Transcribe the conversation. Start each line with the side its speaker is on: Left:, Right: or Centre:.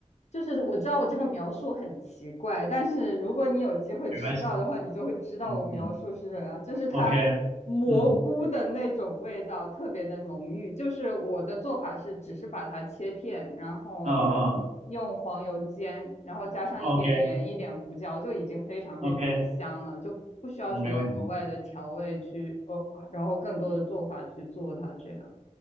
Left: 就是我知道我这个描述很奇怪，但是如果你有机会吃到的话，
Right: 没关系，
Left: 你就会知道我描述是什么样，
Right: 嗯嗯
Left: 就是它蘑菇的那种味道特别的浓郁。
Right: ，OK，嗯
Left: 就是我的做法是，只是把它切片，然后
Right: 嗯嗯
Left: 用黄油煎，然后加上一点盐、
Right: ，OK
Left: 一点胡椒，就已经非常非常的香了，
Right: OK，
Left: 就不需要什么额外的调味去，
Right: 嗯没问题。
Left: 哦，然后更多的做法去做它这样。